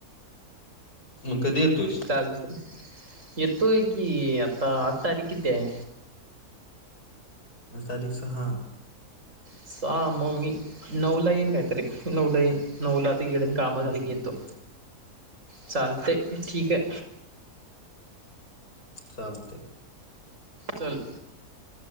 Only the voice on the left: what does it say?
मग कधी येतोस.
आजतारीख सहा.
हं,
हं, हं.
चालते का